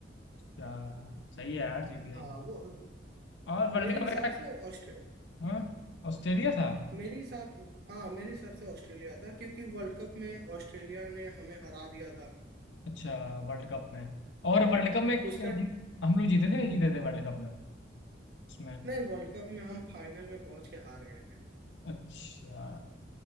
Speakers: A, on the left; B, on the right.
A: क्या सही है यार जीत गई
B: हाँ वो
A: और वर्ल्ड
B: मेरे
A: कप
B: हिसाब
A: वगैरह
B: से ऑस्ट्रेलिया
A: हाँ ऑस्ट्रेलिया था
B: मेरे हिसाब हाँ मेरे हिसाब से ऑस्ट्रेलिया था क्योंकि वर्ल्ड कप में ऑस्ट्रेलिया ने हमें हरा दिया था
A: अच्छा वर्ल्ड कप में और
B: हाँ
A: वर्ल्ड कप में क्या
B: उसका
A: जीत- हम लोग जीते थे नहीं जीते थे वर्ल्ड कप में उसमें
B: नहीं वर्ल्ड कप में हम फाइनल में पहुंच के हार गए थे
A: अच्छा